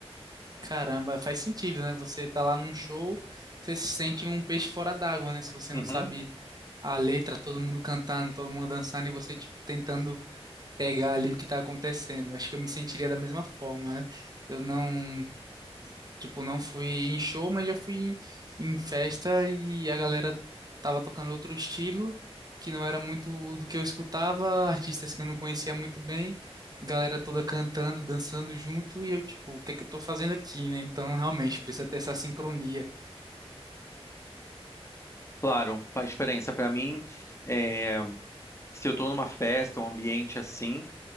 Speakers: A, on the right (about 40°); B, on the left (about 25°).
A: Caramba, faz sentido, né? Você tá lá num show, você se sente um peixe fora d'água, né? Se você
B: Uhum.
A: não sabe a letra, todo mundo cantando, todo mundo dançando e você, tipo, tentando pegar ali o que tá acontecendo. Acho que eu me sentiria da mesma forma, né? Eu não, tipo, não fui em show, mas já fui em, em festa e a galera tava tocando outro estilo, que não era muito do que eu escutava, artistas que eu não conhecia muito bem, galera toda cantando, dançando junto e eu, tipo, o que é que eu tô fazendo aqui, né? Então, realmente, precisa ter essa sincronia.
B: Claro, a experiência pra mim, é, se eu tô numa festa, um ambiente assim.